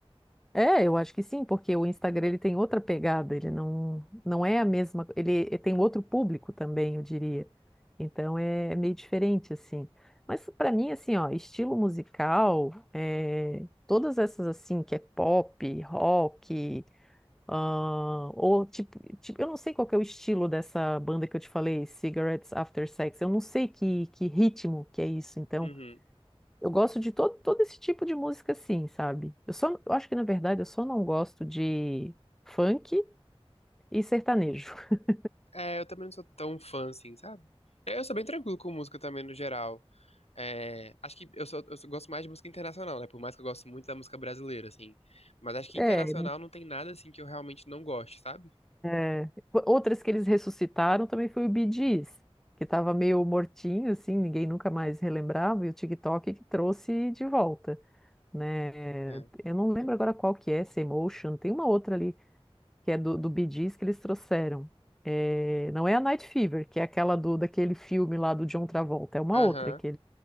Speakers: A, in the centre; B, on the left (about 85°).
A: É, eu acho que sim, porque o Instagram ele tem outra pegada, ele não, não é a mesma, ele, ele tem outro público também, eu diria. Então é, é meio diferente assim. Mas pra mim assim, ó, estilo musical, é, todas essas assim que é pop, rock, ah, ou tipo, tipo, eu não sei qual que é o estilo dessa banda que eu te falei, Cigarettes After Sex. Eu não sei que que ritmo que é isso. Então
B: Uhum.
A: eu gosto de todo, todo esse tipo de música, assim, sabe? Eu só, eu acho que na verdade eu só não gosto de funk e sertanejo. <laughs>
B: É, eu também não sou tão fã assim, sabe? É, Eu sou bem tranquilo com música também, no geral. É, acho que eu, sou, eu sou- gosto mais de música internacional, né? Por mais que eu gosto muito da música brasileira, assim. Mas acho que
A: É,
B: internacional
A: é,
B: não tem nada, assim, que eu realmente não goste, sabe?
A: é. outras que eles ressuscitaram também foi o Bee Gees, que estava meio mortinho, assim, ninguém nunca mais relembrava, e o TikTok que trouxe de volta, né?
B: É.
A: Eu não lembro agora qual que é, essa Emotion, tem uma outra ali que é do, do Bee Gees que eles trouxeram. É, não é a Night Fever, que é aquela do, daquele filme lá do John Travolta, é uma
B: Aham.
A: outra que